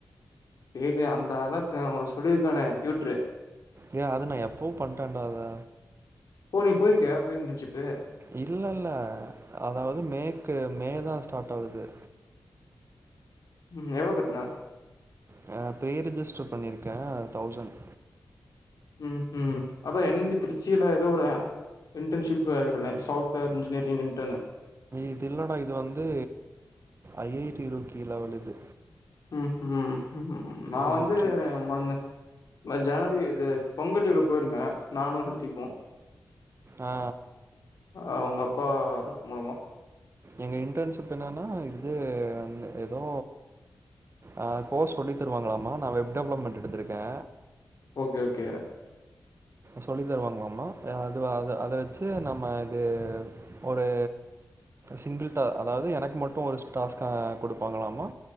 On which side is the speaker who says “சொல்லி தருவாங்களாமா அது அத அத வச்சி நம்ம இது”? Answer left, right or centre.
Right